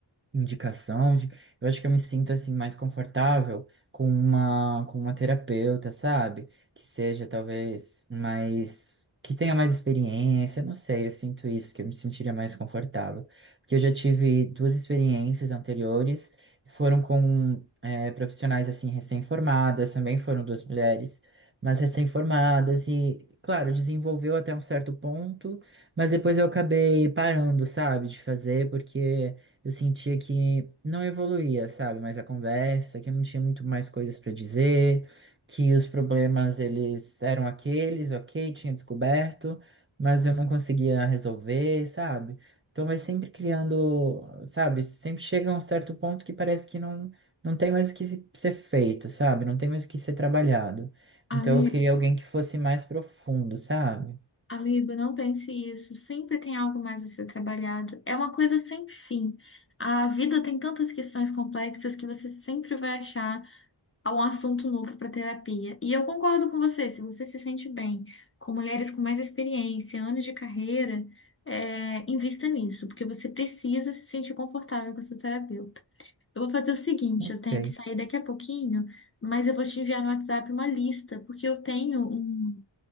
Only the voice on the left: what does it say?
Amigo,
amigo, não pense isso. Sempre tem algo mais a ser trabalhado. É uma coisa sem fim. A vida tem tantas questões complexas que você sempre vai achar um assunto novo para terapia. E eu concordo com você, se você se sente bem com mulheres com mais experiência, anos de carreira, é, invista nisso, porque você precisa se sentir confortável com a sua terapeuta. Eu vou fazer o seguinte,
eu tenho que sair daqui a pouquinho, mas eu vou te enviar no WhatsApp uma lista, porque eu tenho um,